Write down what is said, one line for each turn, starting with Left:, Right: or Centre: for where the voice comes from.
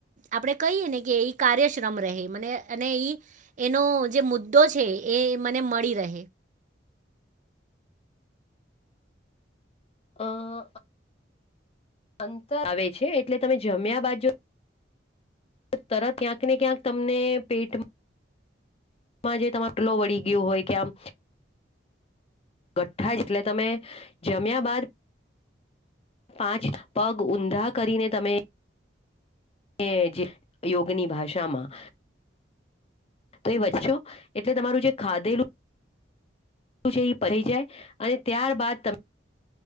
Right: આપણે કહીએ ને કે એ કાર્યશ્રમ રહે મને અને ઈ એનો જે મુદ્દો છે એ મને મળી રહે
Left: આ અંતર આવે છે એટલે તમે જમ્યા બાજ જો તરત ક્યાંક ને ક્યાંક તમને પેટમાં માં જે તમારે પેલો વળી ગયો હોય કે આમ કઠ્ઠા જેટલે તમે જમ્યા બાદ પાંચ પગ ઊંધા કરીને તમે એ જે યોગની ભાષામાં તો એ વધશો એટલે તમારું જે ખાધેલું છે એ પરી જાય અને ત્યારબાદ તમે